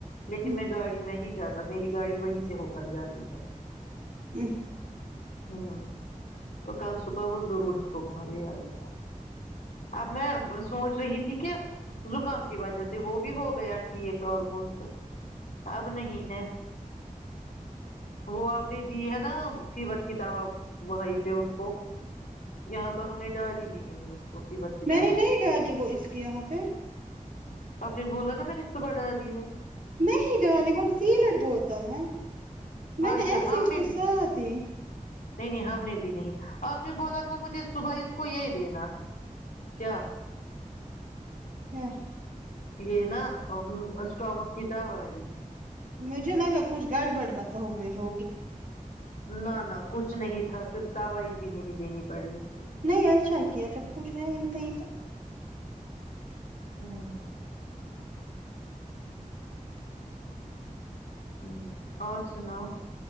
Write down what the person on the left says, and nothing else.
لیکن
میں گاڑی میں ہی جاتا میری گاڑی وہی سے ہو کر جاتی تھا
ہ تو کل صبح وہ ضرور اس کو وہاں لے آئے گا اب میں سوچ رہی تھی کہ زکام کی وجہ سے وہ بھی ہو گیا ٹھیک آلموسٹ اب نہیں ہے وہ آپ نے دی ہے نا فیور کی دوا وہیں پہ اس کو یہاں تو ہم نے ڈالی بھی نہیں کو فیور کی
دوا
آپ نے بولا نا میں نے صبح ڈالی ہے
اچھا
ہم نے
بھی
نہیں نہیں ہم نے بھی نہیں آپ نے بولا تھا مجھے صبح اس کو یہی دینا کیا
یہ ن اسٹامک و یہ
نہ نہ کچھ نہیں تھا پھر دوائی بھی نہیں دینی پڑی کو
ہوں ہ اور سناؤ